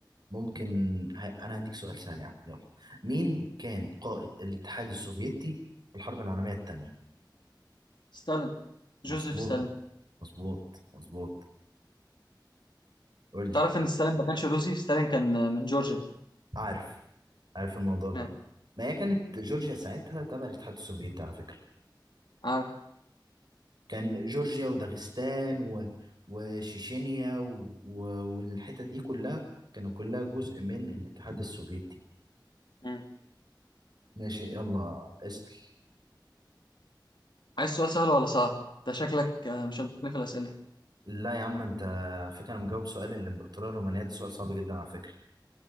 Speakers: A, on the right (about 60°); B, on the left (about 70°).
A: ممكن ه- انا هديك سؤال سهل يا عم يلا مين كان قائد الاتحاد السوفيتي في الحرب العالمية التانية
B: ستالين
A: مظبوط
B: جوزيف ستالين
A: مظبوط مظبوط قول لي
B: تعرف ان ستالين ما كانش روسي ستالين كان من جورجيا
A: عارف عارف الموضوع ده
B: ماشي
A: ما هي كانت جورجيا ساعتها تبع الاتحاد السوفيتي على فكرة
B: عارف
A: كان جورجيا وداغستان و... وشيشينيا و... و... والحتت دي كلها كانوا كلها جزء من الاتحاد السوفيتي
B: مم.
A: ماشي يلا اسأل
B: عايز سؤال سهل ولا صعب؟ انت شكلك آه، مش هتجيب في الأسئلة
A: لا يا عم انت على فكرة انا مجاوب سؤال الامبراطورية الرومانية ده سؤال صعب جدا على فكرة